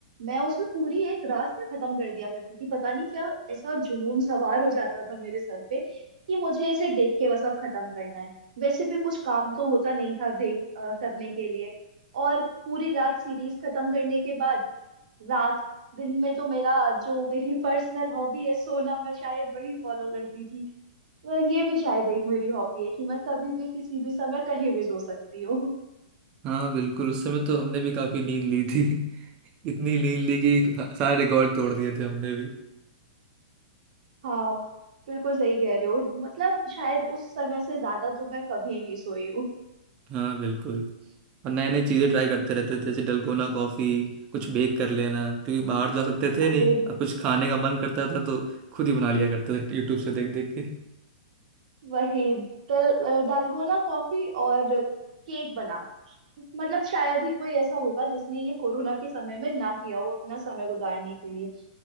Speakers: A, on the right; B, on the right.
A: मैं उसमें पूरी एक रात में खत्म कर दिया करती थी पता नहीं क्या ऐसा जुनून सवार हो जाता था मेरे सर पे कि मुझे इसे देख के बस अब खत्म करना है वैसे भी कुछ काम तो होता नहीं था देख अ, करने के लिए और पूरी रात सीरीज खत्म करने के बाद रात दिन में तो मेरा जो मेरी पर्सनल हॉबी है सोना मैं शायद वही फॉलो करती थी पर ये भी शायद एक मेरी हॉबी है कि मैं कभी भी किसी भी समय कहीं भी सो सकती हूँ
B: <laughs> हाँ बिल्कुल उस समय तो हमने भी काफी नींद ली थी इतनी नींद ली कि सारे रिकॉर्ड तोड़ दिए थे हमने
A: हाँ बिल्कुल सही कह रहे हो मतलब शायद उस समय से ज्यादा तो मैं कभी नहीं सोई हूँ
B: हाँ बिल्कुल और नए नए चीज़ें ट्राई करते रहते थे जैसे डलगोना कॉफ़ी कुछ बेक कर लेना क्योंकि बाहर जा सकते थे
A: अरे
B: नहीं अब कुछ खाने का मन करता था तो खुद ही बना लिया करते थे यूट्यूब से देख देख के
A: वही दल, दालगोना कॉफी और केक बनाना मतलब शायद ही कोई ऐसा होगा जिसने ये कोरोना के समय में ना किया हो अपना समय गुजारने के लिए